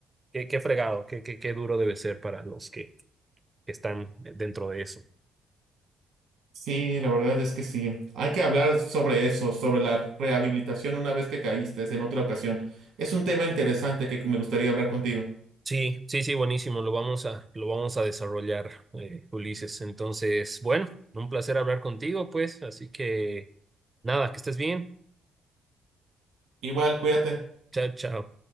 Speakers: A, on the right; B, on the right.
A: qué, qué fregado, qué, qué, qué duro debe ser para los que que están dentro de eso.
B: Sí, la verdad es que sí. Hay que hablar sobre eso, sobre la rehabilitación una vez que caíste en otra ocasión. Es un tema interesante que me gustaría hablar contigo.
A: Sí, sí, sí, buenísimo. Lo vamos a, lo vamos a desarrollar, eh, Ulises. Entonces, bueno, un placer hablar contigo, pues. Así que nada, que estés bien.
B: Igual, cuídate.
A: Chao, chao.